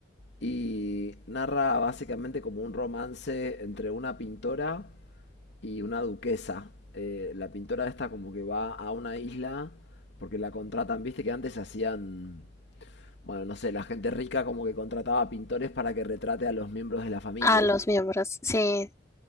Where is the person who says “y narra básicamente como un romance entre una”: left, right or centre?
Left